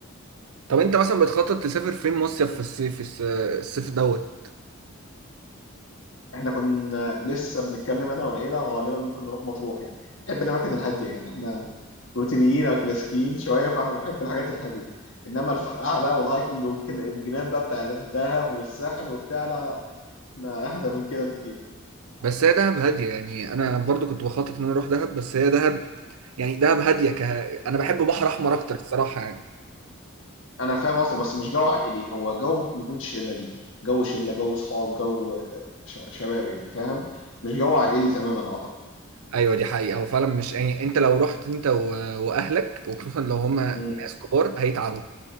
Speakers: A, on the right; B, on the left.
A: طب انت مثلا بتخطط تسافر فين مصيف في الصيف الس- الصيف دوت
B: احنا كنا لسه بنتكلم انا والعيله غالبا ممكن نروح مطروح يعني بنحب الاماكن الهاديه يعني احنا روتينيين او كلاسيكيين شويه فانا بنحب الحاجات الهاديه انما الفرقعه بقى والهايكنج والجنان بقى بتاع الدهب والساحل وبتاع لا لا احنا اهدى من كده بكتير
A: بس هي دهب هاديه يعني انا برضو كنت بخطط ان انا اروح دهب بس هي دهب يعني دهب هاديه ك... انا بحب بحر احمر اكتر الصراحه يعني
B: انا فاهم قصدك بس مش جو عائلي هو جو ممكن يكون شله ليه جو شله جو صحاب جو آه، ش- شباب يعني فاهم مش جو عائلي تماما اعتقد
A: ايوه دي حقيقه هو فعلا مش يعني انت لو رحت انت و... واهلك وخصوصا لو هما
B: مم.
A: ناس كبار هيتعبوا